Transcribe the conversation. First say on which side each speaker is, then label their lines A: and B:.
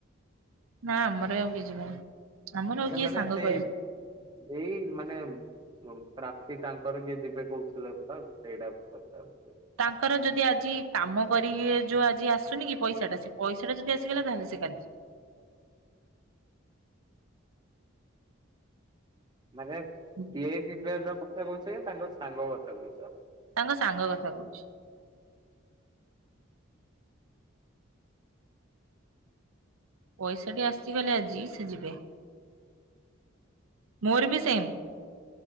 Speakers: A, on the right; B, on the right.
A: ନା ଆମର ଆଉ କିଏ ଯିବନି। ଆମର
B: ଆରେ
A: ଆଉ କିଏ
B: ମାନେ
A: ସାଙ୍ଗ
B: ସେଇ
A: କହିବୁ
B: ଏଇ ମାନେ ପ୍ରାପ୍ତି ତାଙ୍କର କିଏ ଯିବେ କହୁଥିଲ ତ ସେଇଟା ପଚାରୁଛି।
A: ତାଙ୍କର ଯଦି ଆଜି କାମ କରି ଯୋଉ ଆଜି ଆସୁନି କି ପଇସା ଟା ସେ ପଇସା ଟା ଯଦି ଆସିଗଲା ତାହେଲେ ସେ କାଲି
B: ମାନେ
A: ଯିବେ।
B: ଏ ଦିବ <unintelligible> କଥା କହୁଛ ତାଙ୍କ ସାଙ୍ଗ କଥା କହୁଛ।
A: ତାଙ୍କ ସାଙ୍ଗ କଥା କହୁଛି। ପଇସା ଟି ଆସି ଗଲେ ଆଜି ସେ ଯିବେ। ମୋର ବି ସେମ